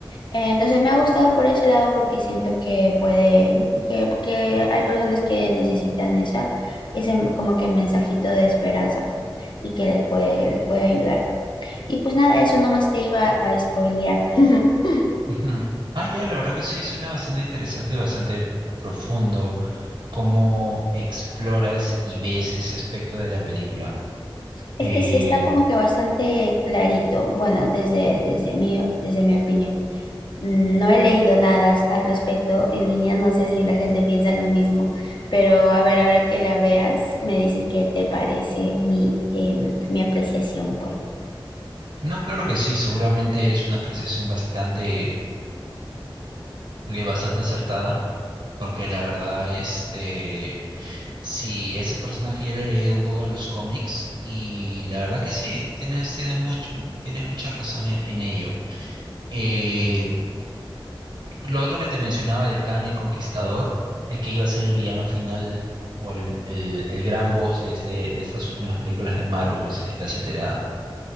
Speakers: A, on the left; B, on the right.
A: Eh, Entonces me ha gustado por ese lado porque siento que puede, que, que hay personas que necesitan esa, ese como que mensajito de esperanza y que les puede, les puede ayudar. Y pues nada, eso nomás te iba a spoilear. <laughs>
B: <laughs> Ujú. Ah, ya, la verdad que sí, suena bastante interesante y bastante profundo. cómo exploras y ves ese aspecto de la película.
A: Es
B: Eh,
A: que sí está como que bastante clarito, bueno, desde, desde mi, desde mi opinión. No he leído nada as- al respecto en línea, no sé si la gente piensa lo mismo, pero a ver, ahora que la veas, me dices qué te parece mi, em, mi apreciación, pues.
B: no, claro que sí, seguramente es una apreciación bastante, eh, bastante acertada, porque la verdad, este, sí, ese personaje yo lo he leído un poco en los cómics y la verdad que sí, tienes, tienes, much- tienes mucha razón en, en ello. Eh, Lo otro que te mencionaba de Kang el Conquistador es que iba a ser el villano final o el, el- el gran boss de, este- de estas últimas películas de Marvel, no sé si estás enterada.